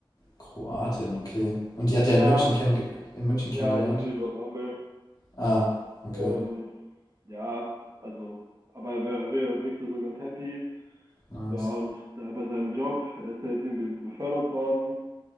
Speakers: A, on the left; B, on the right.
A: Kroatin, okay. Und die hat er
B: Ja,
A: in München, kennenge- in München kennengelernt?
B: ja, irgendwie über Bumble.
A: Ah, okay.
B: Ähm, ja, also, aber er, wir- wirkte so ganz happy.
A: Nice.
B: Ja, und da bei seinem Job, er ist da jetzt irgendwie befördert worden.